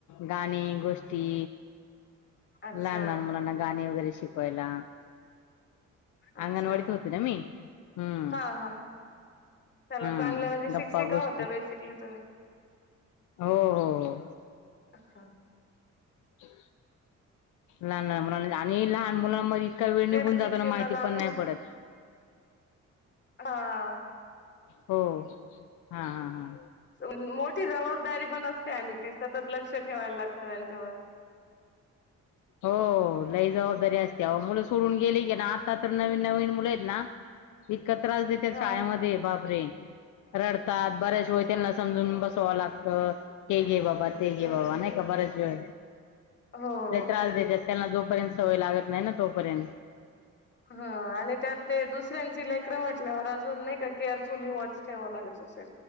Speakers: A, on the left; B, on the left.
A: गाणी, गोष्टी
B: अच्छा
A: लहान लहान मुलांना गाणी वगैरे शिकवायला
B: अच्छा
A: अगंणवाडीत होते ना मी. हम्म.
B: हा हा चला
A: हा
B: चांगल, म्हणजे
A: गप्पा
B: शिक्षिका
A: गोष्टी
B: होत्या बेसिकली तुम्ही.
A: हो हो हो.
B: अ हा.
A: <inaudible> लहान लहान मुलांन मधे. आणि लहान मुलांमध्ये इतका वेळ
B: पेपरची
A: निघून जातो ना
B: चिन्ह
A: माहिती
B: जाणून
A: पण नाही
B: होते
A: पडत.
B: हा
A: हो हा हा हा.
B: अस म्हणजे मोठी जबाबदारी पण असते आणि ती. सतत लक्ष ठेवायला लागतं त्यांच्यावर.
A: हो लई जबाबदारी असते अहो. मुलं सोडून गेली की ना आता तर नवीन नवीन मुलं एत ना इतका त्रास देतात
B: हा
A: शाळेमध्ये बापरे. रडतात बऱ्याच
B: अच्छा
A: वेळ त्यांना समजून बसवावं लागतं हे घे बाबा ते घे
B: हा.
A: बाबा नाय का बऱ्याच वेळ.
B: हो.
A: लय त्रास देत्यात त्यांना जोपर्यंत सवय लागत नाय ना तोपर्यंत.
B: हा आणि त्यात ते दुसऱ्यांची लेकरं म्हटल्यावर अजून नाय का केअरफुली वॉच ठेवावं लागत असेल?